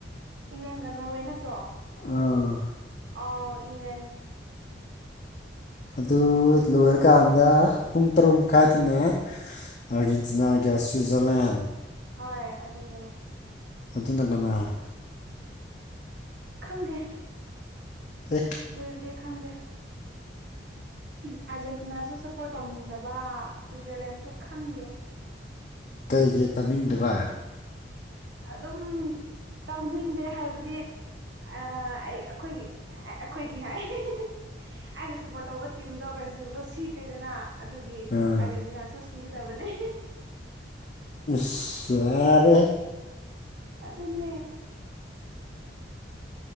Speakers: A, on the right; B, on the left.
A: ꯏꯪꯂꯦꯟꯒ ꯅꯣꯔꯋꯦ ꯅꯠꯇ꯭ꯔꯣ
B: ꯑꯥ
A: ꯑꯥꯎ ꯏꯪꯂꯦꯟ
B: ꯑꯗꯨ ꯂꯣꯏꯔꯀꯥꯟꯗ ꯄꯨꯡ ꯇꯔꯨꯛ ꯃꯈꯥꯏꯗꯅ ꯑꯔꯖꯦꯟꯇꯤꯅꯥꯒ ꯁ꯭ꯋꯤꯖꯔꯂꯦꯟ
A: ꯍꯣꯏ ꯑꯗꯨꯅꯦ
B: ꯑꯗꯨꯗ ꯒꯅ
A: ꯈꯪꯗꯦ
B: ꯎꯝ
A: ꯑꯗꯨꯗꯤ ꯈꯪꯗꯦ ꯑꯥꯔꯖꯦꯟꯇꯤꯅꯥꯁꯨ ꯁꯞꯄꯣꯔꯠ ꯇꯧꯅꯤꯡꯗꯕ ꯁ꯭ꯋꯤꯠꯖꯔꯂꯦꯟ ꯁꯨ ꯈꯪꯗꯦ
B: ꯀꯩꯒꯤꯦ ꯇꯝꯅꯤꯡꯗꯕ
A: ꯑꯗꯨꯝ ꯇꯧꯅꯤꯡꯗꯦ ꯍꯥꯏꯕꯗꯤ ꯑꯩ ꯑꯩꯈꯣꯏꯒꯤ ꯑꯩꯈꯣꯏꯒꯤ ꯍꯥꯏ ꯑꯩꯅ ꯁꯞꯄꯣꯔꯠ ꯇꯧꯕ ꯇꯤꯝꯗꯣ ꯕ꯭ꯔꯥꯖꯤꯜꯗꯣ ꯁꯤꯈ꯭ꯔꯦꯗꯅ ꯑꯗꯨꯒꯤ ꯑꯥꯔꯖꯦꯟꯇꯤꯅꯥꯁꯨ
B: ꯑꯥ
A: ꯁꯤꯒꯗꯕꯅꯦ
B: ꯁꯥꯔꯦ
A: ꯑꯗꯨꯗꯟꯅꯦ